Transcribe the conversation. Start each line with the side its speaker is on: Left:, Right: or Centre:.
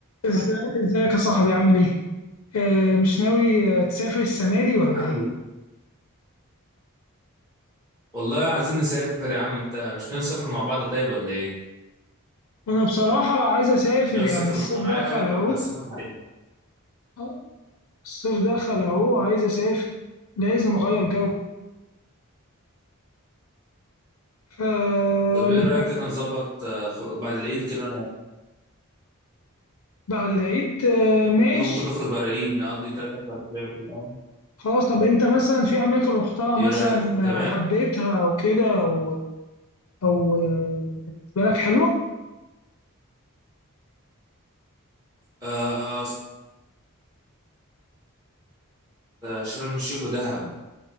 Left: ازاي ازيك يا صاحبي عامل ايه؟ آه مش ناوي آه، تسافر السنة دي ولا
Right: الحمد
Left: ايه؟
Right: لله والله عايزين نسافر يا عم انت مش ناوي تسافر مع بعض طيب ولا ايه؟
Left: انا بصراحة عايز اسافر
Right: ناوي
Left: يعني
Right: تسافر
Left: الصيف
Right: معايا
Left: دخل اهو
Right: ولا تسافر حاجة؟
Left: آه، الصيف دخل اهو عايز اسافر لازم اغير جو فأنا
Right: طب ايه رايك كده نظبط آه، خر- بعد العيد كده
Left: بعد العيد آه ماشي
Right: لو ممكن نخرج بعد العيد نقضي تلات اربع ايام في الأول.
Left: خلاص طب انت مثلا في اماكن رحتها
Right: ايه
Left: مثلا
Right: رايك
Left: آه،
Right: تمام؟
Left: حبيتها او كده او او آه، بالنسبة لك حلوة؟
Right: آه آه، شرم الشيخ ودهب